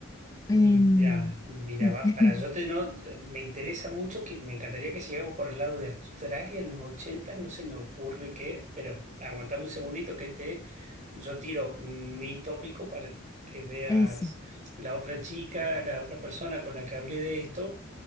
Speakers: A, on the left; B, on the right.
A: Em,
B: Mira, mira,
A: sí,
B: va-
A: <laughs>
B: para yo te no, me interesa mucho que me encantaría que sigamos por el lado de Australia en los 80, no se me ocurre qué, pero aguantame un segundito que te yo tiro mi tópico para que veas
A: eso.
B: la otra chica, la otra persona con la que hablé de esto,